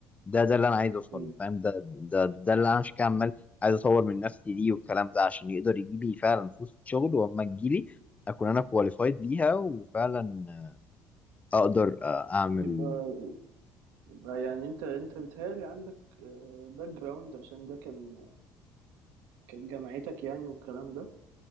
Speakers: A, on the left (about 20°); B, on the right (about 75°).
A: ده ده اللي انا عايز اوصل
B: مم.
A: له فاهم ده ده ده اللي انا عشان كده عمال عايز اطور من نفسي ليه والكلام ده عشان يقدر يجي لي فعلا فرصه شغل واما تجي لي اكون انا كواليفايد ليها وفعلا اقدر اعمل
B: يبقى يبقى يعني انت انت بتهيألي عندك باك جراوند عشان ده كان كانت جامعتك يعني والكلام ده